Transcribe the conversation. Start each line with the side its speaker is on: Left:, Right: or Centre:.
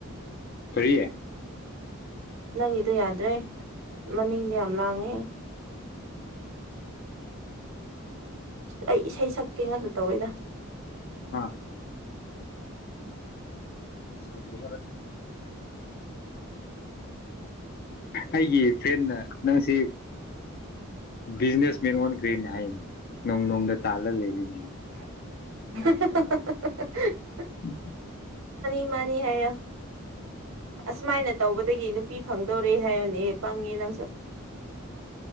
Left: ꯐꯔꯤꯦ
Right: ꯅꯪꯒꯤꯗꯨꯣ ꯌꯥꯗ꯭ꯔꯦ ꯃꯅꯤꯡꯗꯤ ꯌꯥꯝ ꯂꯥꯡꯉꯦ ꯑꯩ ꯏꯁꯩ ꯁꯛꯀꯦ ꯉꯗ ꯇꯧꯋꯦꯗ
Left: ꯑꯥ ꯁꯗ ꯑꯩꯒꯤ ꯐ꯭ꯔꯦꯟꯅ ꯅꯪꯁꯤ ꯕꯤꯖꯤꯅꯦꯁ ꯃꯦꯟ ꯑꯣꯟꯈ꯭ꯔꯦꯅ ꯍꯥꯏꯅꯤ ꯅꯣꯡ ꯅꯣꯡꯗ ꯇꯥꯜꯂꯒ ꯂꯩꯔꯤꯅꯦ
Right: <inaudible>
Left: ꯎ
Right: ꯃꯅꯤ ꯍꯥꯏ ꯑꯁꯨꯃꯥꯏꯅ ꯇꯧꯕꯗꯒꯤ ꯅꯨꯄꯤ ꯐꯪꯗꯧꯔꯦ ꯍꯥꯏꯌꯣꯅꯦ ꯄꯪꯅꯤ ꯅꯪꯁꯨ